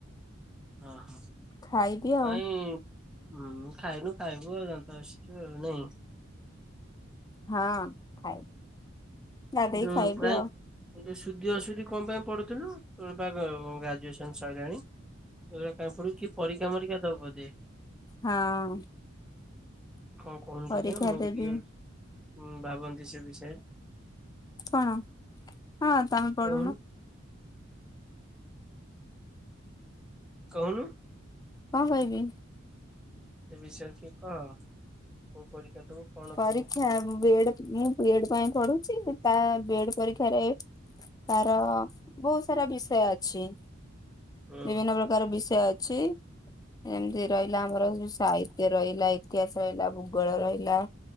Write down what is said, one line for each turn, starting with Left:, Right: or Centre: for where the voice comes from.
Centre: ହ, ହ
Left: ଖାଇବି
Centre: କାଇଁ?
Left: ଆଉ
Centre: ହୁଁ ଖାଇନୁ ଖାଇବୁ ଆଉ ଦାନ୍ତ ଘଷିକି ଆଉ ନାଇଁ?
Left: ହଁ ଖାଇବି। ଗାଧେଇ
Centre: ଯୋଉ
Left: ଖାଇବି
Centre: ପ୍ରାଇ
Left: ଆଉ।
Centre: ଯୋଉ ଶୁଦ୍ଧି, ଅଶୁଦ୍ଧି କଣ ପାଇଁ ପଢୁଥିଲୁ ତୋର ବା ଗ୍ରାଜୁଏସନ ସରିଲାଣି। ଏଗୁଡାକ କାଇଁ ପଢ଼ୁଚୁ କି ପରୀକ୍ଷା ମରିକ୍ଷା ଦବୁ ବୋଧେ?
Left: ହଁ।
Centre: କଣ କହୁନ୍ତୁ
Left: ପରୀକ୍ଷା
Centre: ଟିକେ ମୁଁ
Left: ଦେବି
Centre: ବି ଟିକେ ଉଁ ଭାବନ୍ତି ସେ ବିଷୟରେ।
Left: କଣ ହଁ ତମେ
Centre: କହୁନୁ
Left: ପଢୁନ।
Centre: କହୁନ
Left: କଣ କହିବି?
Centre: ସେ ବିଷୟରେ ଟିକେ କହ କୋଉ ପରୀକ୍ଷା ଦବୁ। କଣ
Left: ପରୀକ୍ଷା
Centre: କେମିତି
Left: ମୁଁ ବି ଡ ମୁଁ ବି ଡ ପାଇଁ ପଢୁଛି ତା ବି ଡ ପରୀକ୍ଷାରେ ତାର ବହୁତ ସାରା ବିଷୟ ଅଛି ବିଭିନ୍ନ
Centre: ହୁଁ
Left: ପ୍ରକ ତାର ବିଷୟ ଅଛି। ଏମିତି ରହିଲା ଆମର ସାହିତ୍ୟ ରହିଲା ଇତିହାସ ରହିଲା ଭୂଗୋଳ ରହିଲା।